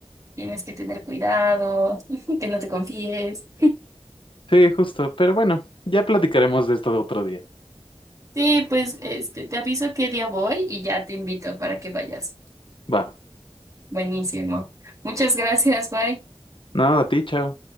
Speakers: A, on the right; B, on the left.
A: tienes que tener cuidado, <laughs> que no te confíes.
B: Sí, justo, pero bueno, ya platicaremos de esto de otro día.
A: Sí, pues este, te aviso qué día voy y ya te invito para que vayas.
B: Va.
A: Buenísimo. Muchas gracias, bye.
B: No, a ti, chao.